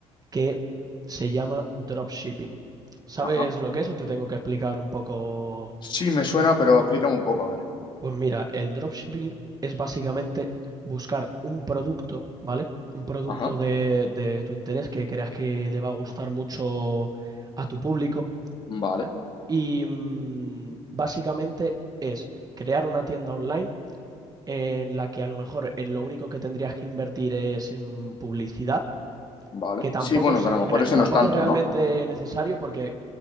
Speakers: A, on the right (about 30°); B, on the left (about 40°).
A: que se llama dropshipping. ¿Sabes
B: Ajá,
A: lo que es o te tengo que explicar un poco?
B: Sí, me suena, pero explícame un poco, a ver.
A: Pues mira, el dropshipping es básicamente buscar un producto, ¿vale? Un producto
B: ajá,
A: de, de tu interés que creas que le va a gustar mucho a tu público.
B: vale,
A: Y mm, básicamente es crear una tienda online en la que a lo mejor en lo único que tendrías que invertir es en publicidad,
B: vale,
A: que tampoco
B: Sí, bueno,
A: es,
B: que a lo mejor
A: re-
B: ese
A: tampoco
B: no es tanto,
A: es realmente
B: ¿no?
A: necesario porque